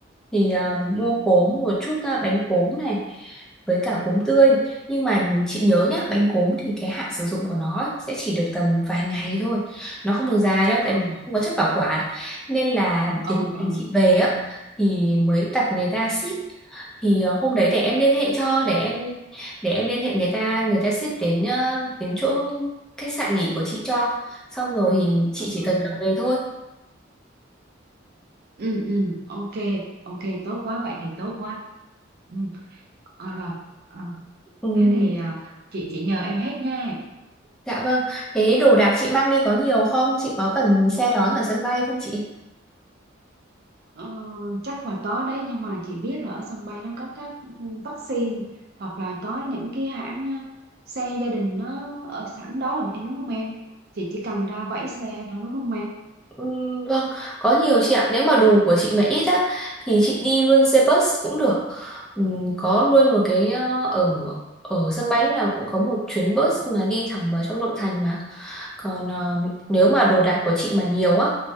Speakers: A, in the centre; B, on the right (about 55°).
A: thì ờ, mua cốm một chút ờ, bánh cốm này với cả cốm tươi nhưng mà chị nhớ nhá bánh cốm thì cái hạn sử dụng của nó ấy, sẽ chỉ được tầm vài ngày thôi nó không được dài đâu
B: ừ
A: tại vì không có chất bảo quản nên là
B: ừ
A: đến
B: ừ
A: ngày chị về á thì mới đặt người ta ship thì ờ, hôm đấy để em liên hệ cho để em để em liên hệ người ta người ta ship đến ờ, đến chỗ khách sạn nghỉ của chị cho xong rồi thì chị chỉ
B: ừ
A: cần cầm về thôi
B: ừ ừ ok ok tốt quá vậy thì tốt quá ừ. Ờ, rồi Ờ,
A: ừ,
B: thế thì ờ, chị chị nhờ em hết nha
A: dạ vâng thế đồ đạc chị mang đi có nhiều không chị có cần xe đón ở sân bay không chị
B: Ờ, chắc là có đấy nhưng mà chị biết là ở sân bay nó có các ừ, vaccine hoặc là có những cái hãng ờ, xe gia đình nó ở sẵn đó rồi đúng không em chị chỉ cần ra vẫy xe thôi đúng không em
A: ừ, vâng có nhiều chị ạ nếu mà đồ của chị mà ít á thì chị đi luôn xe bus cũng được ừ, có luôn một cái ờ, ở ở sân bay lúc nào cũng có một chuyến bus mà đi thẳng vào trong nội thành mà Còn ờ, nếu mà đồ đạc của chị mà nhiều á